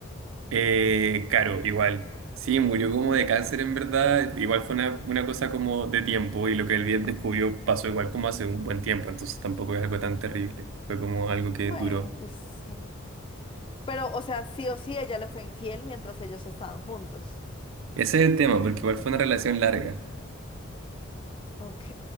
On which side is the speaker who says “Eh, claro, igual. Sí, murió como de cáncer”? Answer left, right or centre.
Right